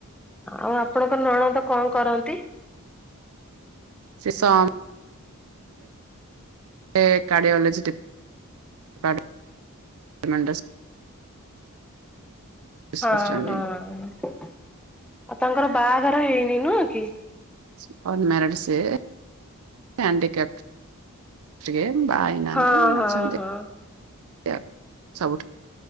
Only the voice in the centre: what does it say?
ଆଉ ଆପଣଙ୍କ ନଣ ତ କଣ କରନ୍ତି।
ହଁ
ହଁ ଆଉ ତାଙ୍କର ବାହାଘର ହେଇନି ନୁହଁ କି।
ହଁ ହଁ
ହଁ